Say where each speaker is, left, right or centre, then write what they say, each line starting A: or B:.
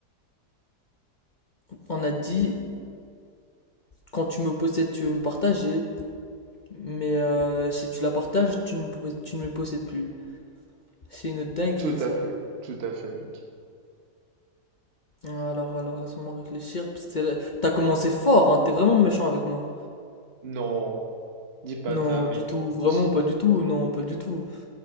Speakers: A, on the left (about 40°); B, on the right (about 45°).
A: On a dit, quand tu me possèdes, tu veux me partager. Mais euh, si tu la partages, tu ne, me pos- tu ne me possèdes plus. C'est une dinguerie,
B: Tout
A: ça.
B: à fait, tout à fait, mec.
A: Ouais, Alors, alors, laisse-moi réfléchir, parce que c'est la- t'as commencé fort, hein, t'es vraiment méchant avec moi.
B: Non, dis pas
A: Non,
B: ça, mec.
A: du tout, vraiment
B: J-
A: pas du tout, non, pas du tout.